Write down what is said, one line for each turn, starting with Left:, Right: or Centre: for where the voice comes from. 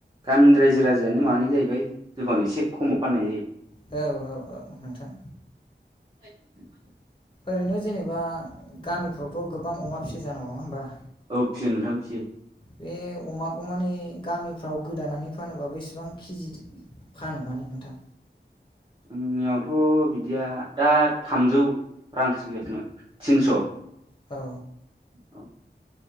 Right: गामिनि रायजो, राजायानो मानो जाहैबाय जिखन एसे खमाव फाननाय जायो।
Left: औ औ औ नोंथां
Right: <unintelligible>
Left: ओरैनो जेनेबा गामिफ्रावथ' गोबां अमा फिसि जानांगौ नङा होमबा,
Right: औ फियो नोंथां फिसियो,
Left: बे अमाखौ माने गामिफ्राव गोदानानै फानोबाबो इसेबां केजि फानो माने नोंथां,
Right: जोंनियावथ' बिदिया दा थामजौ रां सोलिगासिनो, थिनस' औ
Left: औ
Right: औ